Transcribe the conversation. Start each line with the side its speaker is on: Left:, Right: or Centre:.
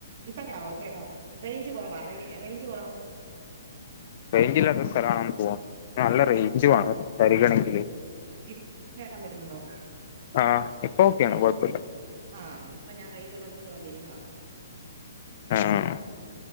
Right: ഇപ്പ കേ കേക്കവോ റേഞ്ച് കൊറവാ റേയ് റേയ്ഞ്ച് കൊറവാ
Left: റേഞ്ചില്ലാത്ത സ്ഥലണെന്ന് തോന്നുന്നു നല്ല റേഞ്ച്വേണം സംസാരിക്കണെങ്കില്
Right: ഇപ്പ കേക്കാൻ പറ്റുന്ന്ണ്ടോ
Left: ആ ഇപ്പൊ ഓക്കെയാണ് കുഴപ്പമില്ല
Right: ആഹ് ഇപ്പൊ ഞാൻ റേഞ്ചള്ളോടത്തോട്ട് വന്നിര്ന്നതാ
Left: ആഹ്